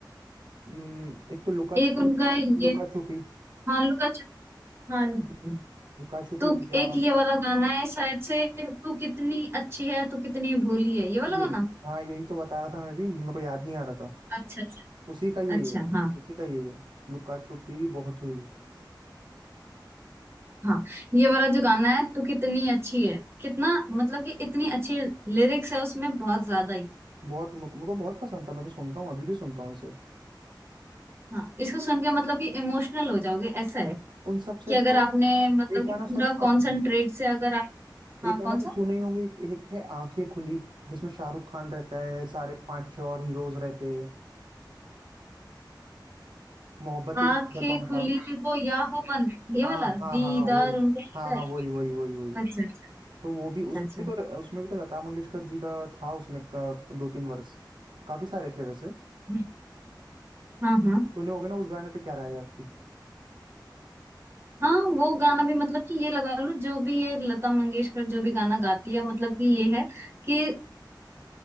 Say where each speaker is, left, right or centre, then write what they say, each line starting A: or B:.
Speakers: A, on the right (about 70°); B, on the right (about 30°).
A: हम्म, एक तो लुका
B: एक
A: छुपी
B: उनका ये
A: लुका छुपी
B: भालू का हाँ जी।
A: लुका छुपी
B: तू
A: हो गया
B: एक ये वाला गाना है शायद से तू कितनी अच्छी है तू कितनी भोली है ये वाला
A: ये
B: गाना
A: हाँ यही तो बता रहा था मैं भी मेरे को याद नहीं आ रहा था
B: अच्छा अच्छा
A: उसी का यही
B: अच्छा
A: है
B: हाँ
A: उसी का यही है लुका छुपी बहुत हुई
B: हाँ ये वाला जो गाना है तू कितनी अच्छी है कितना मतलब कि इतनी अच्छी लिरिक्स है उसमें बहुत ज्यादा ही
A: बहुत मेरे को मेरे को बहुत पसंद था मैं तो सुनता हूँ अभी भी सुनता हूँ इसे
B: हाँ इसको सुन के मतलब कि इमोशनल हो जाओगे ऐसा है
A: उन सबसे
B: कि अगर
A: तो
B: आपने मतलब
A: एक
B: कि
A: गाना
B: पूरा
A: सुने हो
B: कॉन्सेंट्रेट
A: आपने
B: से अगर आप
A: एक
B: हाँ
A: गाना
B: कौन
A: तो
B: सा
A: सुने ही होंगे एक एक है आंखें खुली जिसमें शाहरुख खान रहता है सारे पांच छह और हीरोज रहते हैं मोहब्बतें
B: आंखें
A: का सॉन्ग
B: खुली
A: था
B: हो या हो बंद ये
A: हाँ
B: वाला
A: हाँ
B: दीदार
A: हाँ हाँ वही
B: उनका होता
A: हाँ हाँ
B: है
A: वही वही वही वही
B: अच्छा अच्छा
A: तो वो भी
B: अच्छा
A: उसमें
B: अच्छा
A: भी तो उसमें भी तो लता मंगेशकर जी का था उसमें का, दो तीन वर्ष काफी सारे थे वैसे
B: हम्म, हाँ हाँ
A: सुने होगे ना उस गाने पे क्या राय है आपकी
B: हाँ वो गाना भी मतलब कि ये लगा लो जो भी ये लता मंगेशकर जो भी गाना गाती है मतलब कि ये है कि